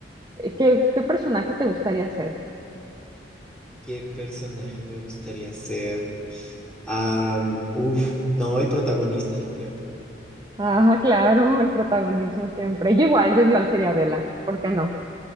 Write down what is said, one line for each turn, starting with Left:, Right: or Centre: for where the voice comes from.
Right: eh, ¿qué, qué personaje te gustaría ser?
Centre: ¿Qué personaje me gustaría ser? Am, uf, no, el protagonista, yo creo.
Right: Ajá, <laughs> claro, el protagonismo siempre. Yo igual, yo igual sería Bella, ¿por qué no?